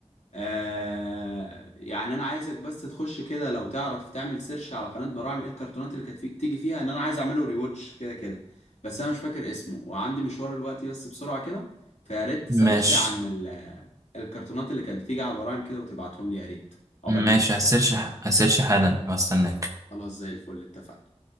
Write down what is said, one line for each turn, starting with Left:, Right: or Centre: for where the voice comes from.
Left: آه يعني انا عايزك بس تخش كده لو تعرف تعمل سيرش على قناة براعم ايه الكرتونات اللي كانت فيك تيجي فيها ان انا عايز اعمله ريواتش كده كده بس انا مش فاكر اسمه وعندي مشوار دلوقتي بس بسرعة كده فيا ريت تسرش
Right: ماشي
Left: لي عن ال- الكرتونات اللي كانت بتيجي على براعم كده وتبعتهم لي يا ريت عقبال
Right: ماشي
Left: ما اجي
Right: هسيرش هسيرش حالا واستناك
Left: خلاص زي الفل اتفقنا